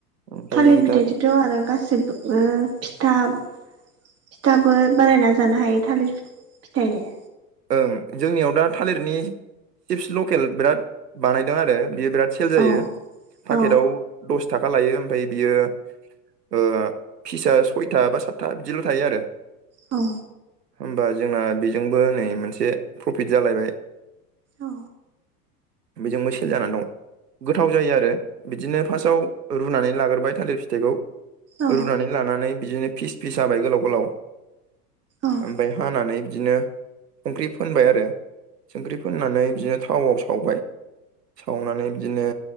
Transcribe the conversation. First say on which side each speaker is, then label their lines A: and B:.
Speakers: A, on the right; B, on the right.
A: ओमफ्राय
B: थालिर फिथाइजोंथ'
A: दा
B: आरो गासैबो फिथा फिथाबो बानायना जानो हायो थालिर फिथाइ दे
A: ओं जोंनियाव दा थालिरनि चिप्स लकेल बिराद बानायदों आरो बियो बिराद सेल जायो
B: औ
A: पाकेटाव
B: औ
A: दस थाखा लायो ओमफ्राय बियो ओ फिसा सयथा बा सातथा बिदिल' थायो आरो
B: औ
A: होमबा जोंना बेजोंबो नै मोनसे प्रफिट जालायबाय
B: औ
A: बेजोंबो सेल जाना दं गोथाव जायो आरो बिदिनो फार्स्टआव रुनानै लाग्रबाय थालिर फिथाइखौ
B: औ
A: रुनानै लानानै बिदिनो फिस फिस हाबाय गोलाव गोलाव
B: औ
A: ओमफाय हानानै बिदिनो संख्रि फोनबाय आरो संख्रि फोननानै बिदिनो थावआव सावबाय सावनानै बिदिनो